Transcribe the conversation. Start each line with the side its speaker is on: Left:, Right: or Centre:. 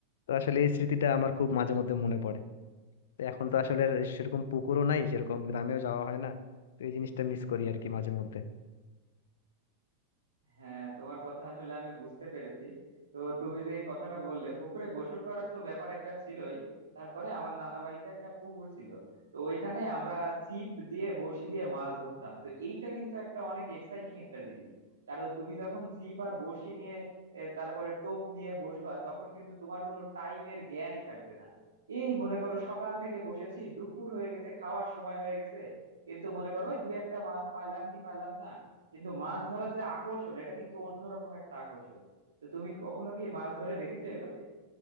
Left: তো আসলে এই স্মৃতিটা আমার খুব মাঝে মধ্যে মনে পড়ে তো এখন তো আসলে আর সেরকম পুকুরও নাই সেরকম গ্রামেও যাওয়া হয় না তো এই জিনিসটা মিস করি আর কি মাঝে মধ্যে
Right: হ্যাঁ তোমার কথা আসলে আমি বুঝতে পেরেছি তো তুমি যে এই কথাটা বললে পুকুরে গোসল করার তো ব্যাপার একটা ছিলই তারপরে আমার নানা বাড়িতে একটা পুকুর ছিল তো ওইখানে আমরা ছিপ দিয়ে বড়শি দিয়ে মাছ ধরতাম তো এইটা কিন্তু একটা অনেক এক্সাইটিং একটা জিনিস কারণ তুমি যখন ছিপ আর বড়শি নিয়ে এ, তারপরে টোপ নিয়ে বসবা তখন কিন্তু তোমার কোনো টাইমের জ্ঞানই থাকবে না এই মনে করো সকাল থেকে বসেছি দুপুর হয়ে গেছে খাওয়ার সময় হয়ে গেছে কিন্তু মনে করো ওই দু একটা মাছ পাইলাম কি পাইলাম না কিন্তু মাছ ধরার যে আকর্ষণ এটা কিন্তু অন্যরকম একটা আকর্ষণ তো তুমি কখনো কি মাছ ধরে দেখেছো এভাবে